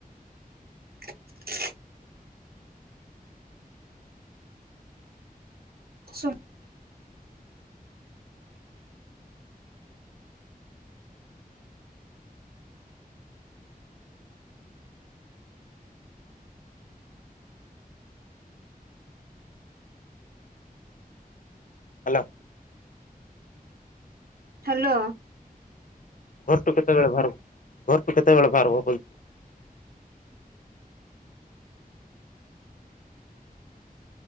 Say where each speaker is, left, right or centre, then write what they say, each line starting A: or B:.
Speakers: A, on the right; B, on the left.
A: <inaudible> ସୁ
B: ହ୍ୟାଲୋ।
A: ହଲୋ।
B: ଘରଠୁ କେତେବେଳେ ବାହାରିବ ଘରଠୁ କେତେବେଳେ ବାହାରିବ ବଲଛି?